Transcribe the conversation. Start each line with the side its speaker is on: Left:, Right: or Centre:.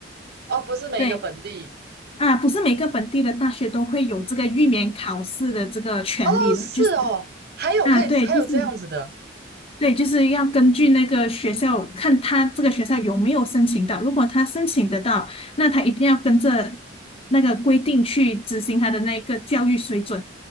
Right: 哦，不是每一个本地
Left: 对啊，不是每个本地的大学都会有这个预免考试的这个权利的，
Right: 哦，是哦，
Left: 就是
Right: 还有可以还有这样子的，
Left: 啊，对，就是对，就是要根据那个学校，看他这个学校有没有申请到。如果他申请得到，那他一定要跟着那个规定去执行他的那个教育水准，